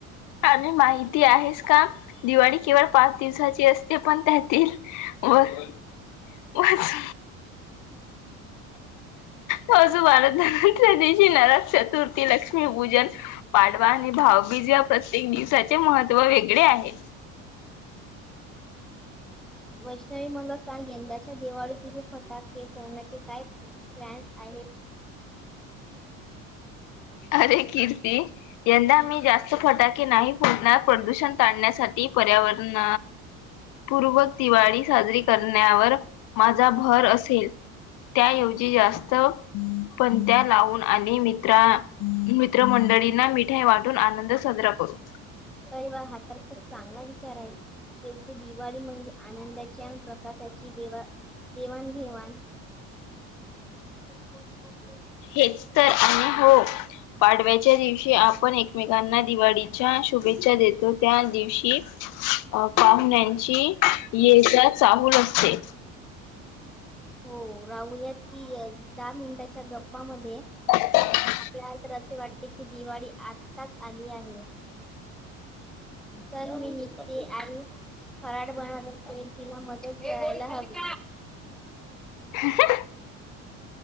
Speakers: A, on the left (about 50°); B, in the centre.
A: आणि माहिती आहेस का, दिवाळी केवळ पाच दिवसाची अस ते पण त्यातील वर वरच वसुबारस, धनत्रयोदशी, नरक चतुर्थी, लक्ष्मीपूजन. पाडवा आणि भाऊबीज या प्रत्येक दिवसाचे महत्त्व वेगळे आहे.
B: वैष्णवी मला सांग यंदाच्या दिवाळी तील फटाके फोडण्याचे काय प्लॅन्स आहेत.
A: अरे कीर्ती यंदा मी जास्त फटाके नाही फोडणार. प्रदूषण टाळण्यासाठी, पर्यावरण पूर्वक दिवाळी साजरी करण्यावर माझा भर असेल. त्याऐवजी जास्त पणत्या लावून आणि मित्रा मित्रमंडळींना मिठाई वाटून आनंद साजरा करू.
B: अरे वा हा तर खूप चांगला विचार आहे. शेवटी दिवाळी म्हणजे आनंदाची आणि प्रकाशाची देवा-देवाण घेवाण. <inaudible>
A: तेच तर आणि हो पाडव्याच्या दिवशी आप आपण एकमेकांना दिवाळीच्या शुभेच्छा देतो. त्यादिवशी अ पाहुण्यांची ये जा चाहूल असते.
B: हो राहूयात की दहा मिनिटाच्या गप्पामध्ये
A: <unintelligible>
B: आपल्याला तर असे वाटते की दिवाळी आत्ताच आली आहे. चल मी निघते आणि फराळ बनवत असेल एकिला तिला मदत करायला हवी.
A: <inaudible>